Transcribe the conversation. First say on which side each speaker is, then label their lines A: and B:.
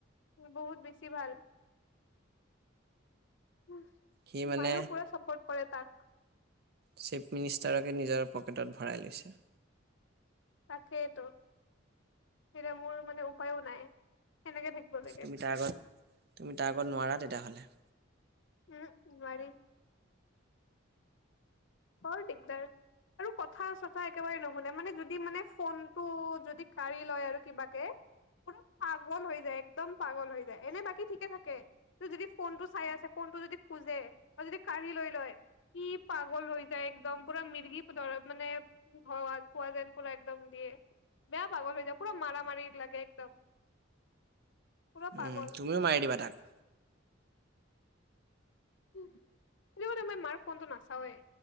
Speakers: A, on the left; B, on the right.
A: বহুত বেছি ভাল। উ
B: সি মানে
A: মায়েও পুৰা চাপোৰ্ট কৰে তাক।
B: চিফ মিনিষ্টাৰকে নিজৰ পকেটত ভৰাই লৈছে।
A: তাকেইতো, এতিয়া মোৰ মানে উপায়ো নাই। সেনেকে থাকিব লাগে
B: তুমি তাৰ আগত, তুমি তাৰ আগত নোৱাৰা তেতিয়া হ'লে?
A: উহু নোৱাৰি। বৰ দিগদাৰ। আৰু কথা-চথা একেবাৰে নুশুনে মানে যদি মানে ফোনটো যদি কা়ৰি লয় আৰু কিবাকে - পুৰা পাগল হৈ যায় একদম পাগল হৈ যায় এনেই বাকী ঠিকেই থাকে। যদি ফোনটো চাই আছে ফোনটো যদি খোজে বা যদি কাঢ়ি লৈ লয় কি পাগল হৈ - যায়, একদম পুৰা মিৰ্গি ধৰা মান হোৱা হোৱা যেন পুৰা একদম দিয়ে। বেয়া পাগল হৈ যায় পুৰা মাৰ মাৰি লাগে একদম। পুৰা
B: উম,
A: পাগল
B: তুমিও মাৰি দিবা তাক।
A: উম, সেইটো কাৰণে মই মাৰ ফোনটো নাচাওৱে,